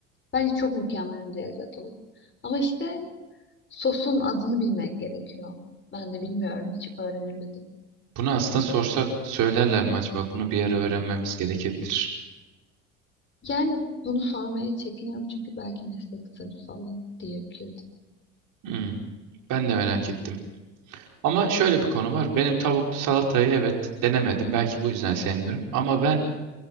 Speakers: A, on the left; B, on the right.
A: bence çok mükemmel bir lezzet olur. Ama işte sosun adını bilmek gerekiyor. Ben de bilmiyorum hiç öğrenemedim.
B: Bunu aslında sorsak söylerler mi acaba? Bunu bir ara öğrenmemiz gerekebilir.
A: Yani bunu sormaya çekiniyorum çünkü belki meslek sırrı falan diyebiliriz.
B: Hmm, ben de merak ettim. Ama şöyle bir konu var. Benim tavuklu salatayı evet denemedim. Belki bu yüzden sevmiyorum. Ama ben